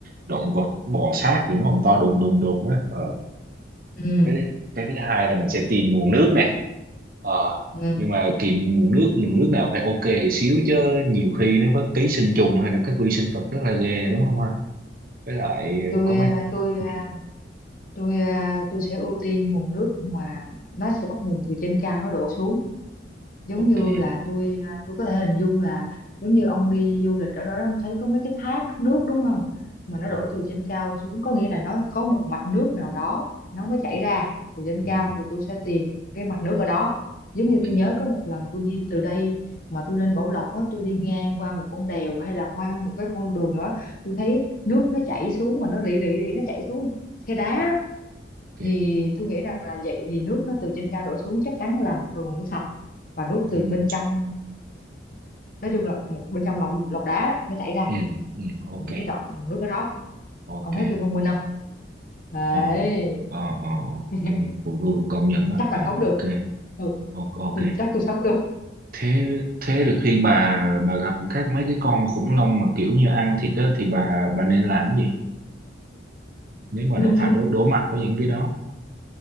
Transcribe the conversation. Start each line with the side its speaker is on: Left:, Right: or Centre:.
Right: động vật bò sát thì nó cũng to đùng đùng đùng á Ờ,
Left: ừ
Right: cái cái thứ hai là mình sẽ tìm nguồn nước nè ờ
Left: ừ
Right: nhưng mà tìm nguồn nước nguồn nước nào phải ok xíu chứ nhiều khi nó có ký sinh trùng hay là các vi sinh vật rất là ghê đúng không ha với lại
Left: tôi
Right: ờ, có mấy
Left: à, tôi
Right: ừ,
Left: à, tôi à, tôi sẽ ưu tiên nguồn nước mà nó sẽ bắt nguồn từ trên cao nó đổ xuống giống
Right: ok
Left: như là
Right: nè
Left: tôi à, tôi có thể hình dung là giống như ông đi du lịch ở đó ông thấy có mấy cái thác nước đúng không mà nó đổ
Right: à,
Left: từ trên cao xuống có nghĩa là nó có một mạch nước nào đó nó mới chảy ra từ trên cao
Right: ừ,
Left: thì tôi sẽ tìm cái mạch nước ở đó giống
Right: ok
Left: như tôi nhớ có một lần tôi đi từ đây mà tôi lên Bảo Lộc á tôi đi ngang qua một con đèo hay là qua một cái con đường nữa tôi thấy nước nó chảy xuống mà nó rỉ rỉ rỉ nó chảy xuống khe đá
Right: ok
Left: thì tôi nghĩ rằng là vậy thì nước nó từ trên cao đổ xuống chắc chắn là một nguồn nước sạch và nước từ
Right: ừ,
Left: bên trong nói chung là một bên trong lọc lọc đá đó, nó chảy ra
Right: ừ, ừ, ok
Left: mình sẽ chọn nguồn nước ở đó
Right: ok
Left: ông thấy tôi thông minh không đấy
Right: ờ ờ ờ ờ,
Left: <laughs>
Right: tôi tôi cũng công nhận đó
Left: chắc
Right: à,
Left: là sống
Right: ok
Left: được ừ.
Right: o- ok
Left: ừ, chắc tôi sống được
Right: thế thế được khi bà bà gặp các mấy cái con khủng long mà kiểu như ăn thịt đó thì bà bà nên làm cái gì nếu mà
Left: <laughs>
Right: đột phải đối đối mặt với những cái đó